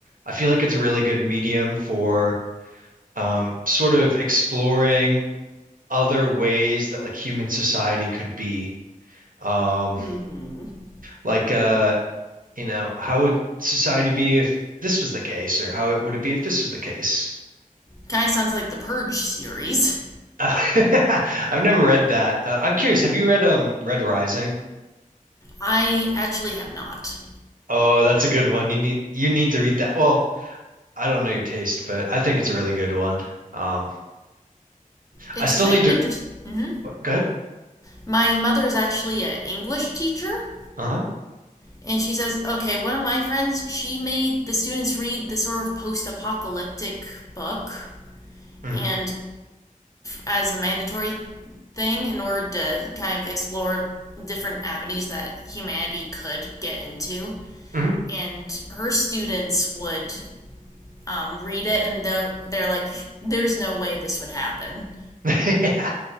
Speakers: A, on the right (about 70°); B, on the left (about 25°).
A: I feel like it's a really good medium for um sort of exploring other ways that like human society could be. Um
B: Mm-hmm.
A: like uh you know, how would society be if this was the case, or how it would it be if this was the case?
B: Kind of sounds like the Purge series.
A: Uh, <laughs> I've never read that. Uh, I'm curious, have you read um Red Rising?
B: I actually have not.
A: Oh, that's a good one. You need you need to read that. Well, I don't know your taste, but I think it's a really good one. Um,
B: It's
A: I still
B: kind
A: need
B: of
A: to
B: interesting. hmm
A: go ahead.
B: My mother is actually an English teacher,
A: Uh-huh.
B: and she says, okay, one of my friends, she made the students read the sort of post apocalyptic book,
A: hmm
B: and as a mandatory thing in order to kind of explore different avenues that humanity could get into.
A: hmm
B: And her students would um, read it and they're they're like, there's no way this would happen.
A: <laughs> Yeah.